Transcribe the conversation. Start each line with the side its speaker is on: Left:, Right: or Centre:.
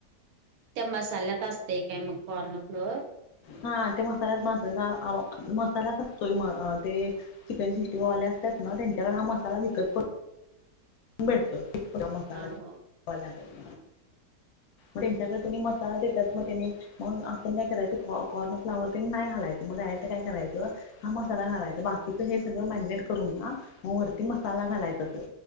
Right: त्या मसाल्यात असते काय मग कॉर्न फ्लोअर
Left: हा ते मसालात पण असत मसालाच असतोय म ते चिकन सिक्स्टी फाय वाले असतात ना त्यांच्याकडे हा मसाला विकत पन भेटतो मसाला
Right: हा हो
Left: वाल्याकडे त्याच्याकडे त्यांनी मसा हा देतात ना त्यानी मग आपण काय करायचं कॉर्न फ्लावर तेन नाही घालायचं मग डायरेट काय करायचं. हा मसाला घालायचा बाकीच हे सगळं मॅरिनेट करून ना वरती मसाला घालायचं त्यो